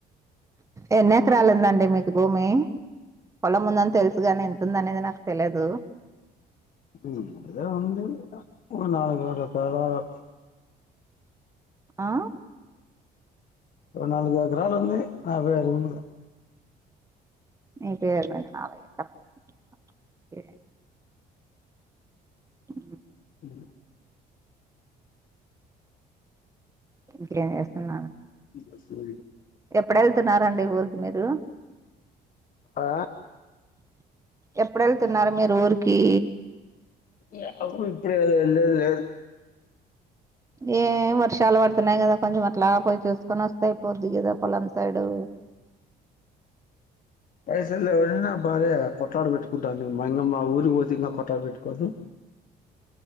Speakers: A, on the right; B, on the left.
A: ఎన్ని ఎకరాలు ఉందండి మీకు భూమి పొలం ఉందని తెలుసుగాని ఎంతుందనేది నాకు తెలియదు
B: హూ అదేం ఉంది ఓ నాలుగైదు ఎకరాలు
A: ఆ
B: ఓ నాలుగు ఎకరాలు ఉంది నా పేరు మీద
A: నీ పేరు మీద నాలుగెకరలు ఉందా ఓకే ఉ
B: మ్
A: ఇంకేం చేస్తున్నారు
B: <unintelligible>
A: ఎప్పుడు వెళ్తున్నారండి ఊరికి మీరు
B: ఆ
A: ఎప్పుడు వెళ్తున్నారు మీరు ఊరికి
B: యాడ కుదిరిద్ది ఇప్పుడే ఎల్లేది లేదు
A: ఏ వర్షాలు పడుతున్నాయి కదా కొంచెం అట్లా పోయి చూసుకొని వాస్తే ఐపోద్ది కదా పొలం సైడు
B: పైసలు ఎవరైనా భార్య కొట్లాడ పెట్టుకుంటుంది మా ఇంకా మా ఊరికి పోతే ఇంకా కొట్లాడ పెట్టుకోద్దు